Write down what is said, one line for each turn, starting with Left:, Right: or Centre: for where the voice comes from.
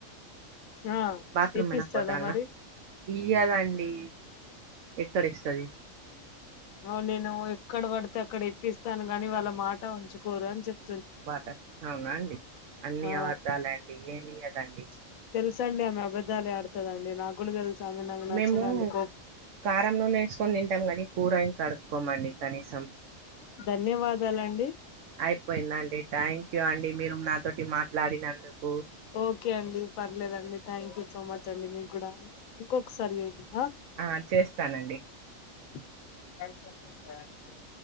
Left: ఆ
Right: బాత్రూమ్
Left: ఇప్పిస్తదా
Right: అయినా పదాలనా
Left: మరి
Right: ఇయ్యదా అండి ఎక్కడ ఇస్త అది
Left: అ నేను ఎక్కడ పడితే అక్కడ ఇప్పిస్తాను గాని వాళ్ళ మాట ఉంచుకోరు అని చెప్
Right: బాట అవునా అండి అన్ని
Left: ఆ
Right: అబద్ధాలే అండి ఏమి కద అండి
Left: తెలుస అండి ఆమె అబద్దాలే ఆడుతద అండి నాకుగులు తెలుసు ఆమె నాకు నచ్చద
Right: మేము
Left: అండి కో
Right: కారం నూనె వేసుకొని తింటాం కానీ కూరయి కడుక్కోమ అండి కనీసం
Left: ధన్యవాదాల అండి
Right: అయిపోయిందండి థ్యాంక్ యూ అండి మీరు నాతోటి మాట్లాడినందుకు
Left: ఓకే అండి పర్లేదండి థ్యాంక్ యూ సో మచ్ అండి మీకు కూడా ఇంకొకసారి చేయ్యండి ఆ
Right: ఆ చేస్తానండి
Left: <unintelligible>